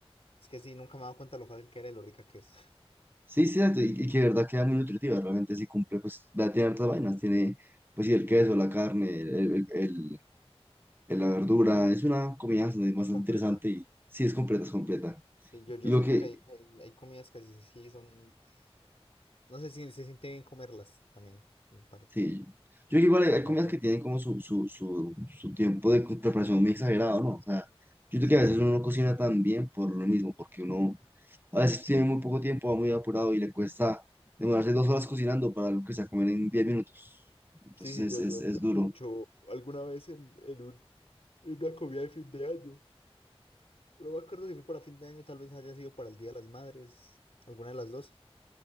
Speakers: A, on the left (about 70°); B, on the right (about 20°).
A: es que sí, nunca me he dado cuenta lo fácil que era y lo rica que es. <laughs>
B: sí, sí, exacto, y, y que de verdad queda muy nutritiva, realmente sí cumple, pues da- tiene hartas vainas, tiene pues sí, el queso, la carne, el, el, el- el- la verdura, es una comida bastante bastante
A: Es completa.
B: interesante y sí es completa, es completa.
A: Sí, yo, yo
B: Y lo
A: siento
B: que,
A: que hay, que hay, hay comidas que sí, sí son, no sé si se siente bien comerlas también, en parte.
B: Sí. Yo creo que igual hay, hay
A: Como
B: comidas
A: que,
B: que tienen como su, su, su, su tiempo de co- preparación muy exagerado, ¿no? O sea, yo creo
A: sí.
B: que a veces uno no cocina tan bien por lo mismo, porque uno a veces tiene muy poco tiempo, va muy apurado y le cuesta demorarse dos horas cocinando para algo que se va a comer en diez minutos. Entonces
A: Sí, sí, yo,
B: es, es,
A: yo,
B: es
A: yo,
B: duro.
A: yo he hecho alguna vez en, en un- en una comida de fin de año. Lo me acuerdo si fue para fin de año, tal vez haya sido para el Día de las Madres, alguna de las dos.